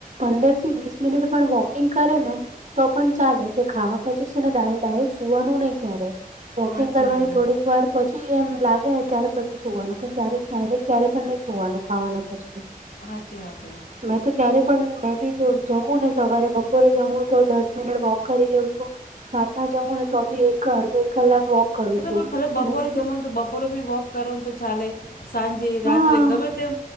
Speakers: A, on the right; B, on the left.
A: પંદર થી વીસ મિનિટ પણ વોકિંગ કરે ને તો પણ ચાલે કે ખાવા પછી છે ને ડાય-ડાયરેક્ટ સુવાનું નહી ક્યારે. વોકિંગ
B: સાચી
A: કરવાની
B: વાત હે
A: થોડીક વાર પછી એમ લાગ ને ત્યારે પછી સુવાનું પણ ત્યારે ડાયરેક ક્યારે પણ નહી સુવાનું ખાવાના પછી.
B: હાચી વાત હૈ.
A: મેં તો ક્યારે પણ મેં બી જો જમું ને સવારે બપોરે જમું તો દસ મિનિટ વોક કરી લઉં છું રાત ના જમુ ને તો બી એક અડધો એક કલાક વોક કરું
B: એ
A: છું
B: ભલે બાપોરે
A: અને
B: જમવા તો બપ બપોરે બી વોક કરોનું તો ચાલે સાંજે
A: હા
B: રાત્રે ગમે તેમ